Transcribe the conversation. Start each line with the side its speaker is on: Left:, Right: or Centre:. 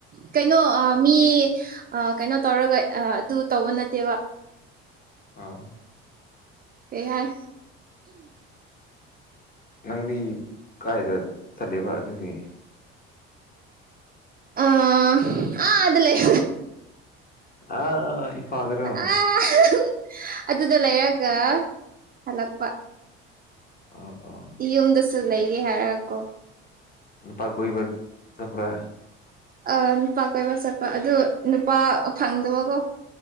Right: ꯀꯩꯅꯣ ꯃꯤ ꯑ ꯀꯩꯅꯣ ꯇꯧꯔꯒ ꯑꯗꯨ ꯇꯧꯕ ꯅꯠꯇꯦꯕ
Left: ꯑꯥ
Right: ꯀꯩ ꯍꯥꯏ
Left: ꯅꯪꯗꯤ ꯀꯥꯏꯗ ꯆꯠꯂꯤꯕ ꯑꯗꯨꯗꯤ
Right: ꯑ ꯑꯥꯗꯂꯩ
Left: ꯑ ꯏꯝꯐꯥꯜꯗꯔꯣ
Right: ꯑꯥ ꯑꯗꯨꯗ ꯂꯩꯔꯒ ꯍꯜꯂꯛꯄ
Left: ꯑ ꯑꯣ
Right: ꯌꯨꯝꯗꯁꯨ ꯂꯩꯒꯦ ꯍꯥꯏꯔꯒ ꯀꯣ
Left: ꯅꯨꯄꯥ ꯀꯣꯏꯕ ꯆꯄ꯭ꯔꯥ
Right: ꯑ ꯅꯨꯄꯥ ꯀꯣꯏꯕ ꯆꯠꯄ ꯑꯗꯨ ꯅꯨꯄꯥ ꯐꯪꯗꯕꯀꯣ